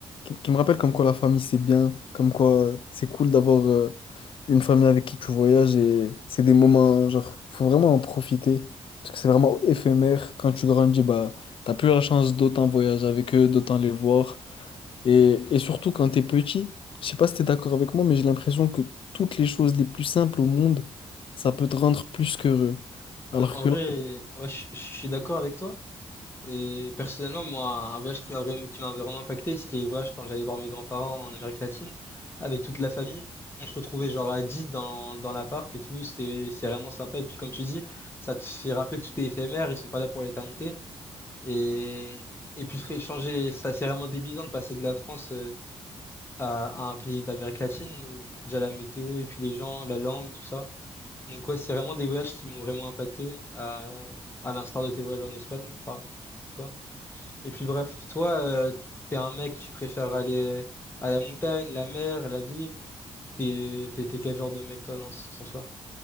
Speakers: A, on the left (about 55°); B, on the left (about 20°).
A: qui, qui me rappellent comme quoi la famille, c'est bien, comme quoi euh, c'est cool d'avoir euh, une famille avec qui tu voyages et c'est des moments, genre, faut vraiment en profiter parce que c'est vraiment éphémère. Quand tu grandis, bah, t'as plus la chance d'autant voyager avec eux, d'autant les voir. Et, et surtout quand t'es petit, je sais pas si t'es d'accord avec moi, mais j'ai l'impression que toutes les choses les plus simples au monde, ça peut te rendre plus qu'heureux. Alors
B: Non, En
A: que
B: vrai,
A: là,
B: ouais, je je suis d'accord avec toi. Et personnellement, moi, un voyage qui m'a vraiment, qui m'a vraiment impacté, c'était les voyages quand j'allais voir mes grands-parents en Amérique latine, avec toute la famille. On se retrouvait genre à 10 dans, dans l'appart et tout, c'était, c'est vraiment sympa. Et puis comme tu dis, ça te fait rappeler que tout est éphémère, ils sont pas là pour l'éternité. Et, et puis frère, changer, ça c'est vraiment débilisant de passer de la France euh, à, à un pays d'Amérique latine. Déjà la météo et puis les gens, la langue, tout ça. Donc ouais, c'est vraiment des voyages qui m'ont vraiment impacté, à, à l'instar de tes voyages en Espagne, quoi. Et puis bref, toi, euh, t'es un mec, tu préfères aller à la montagne, la mer, la ville. T'es, t'es, t'es quel genre de mec, toi, dans ce sens-là?